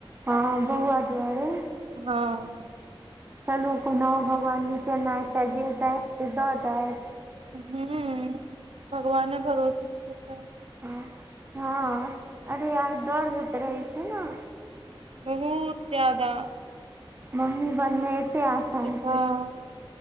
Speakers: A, on the right; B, on the right.
A: हँ बौआ दुआरे।
B: ह
A: चलू कोना भगवान नचेनाइ तऽ जे दथि से द दथि
B: हू भगवान भरोसे इ
A: हँ हँ अरे दौर होत रहै छै न
B: बहुत जादा
A: मम्मी बनने एते आसान
B: तऽ
A: छै।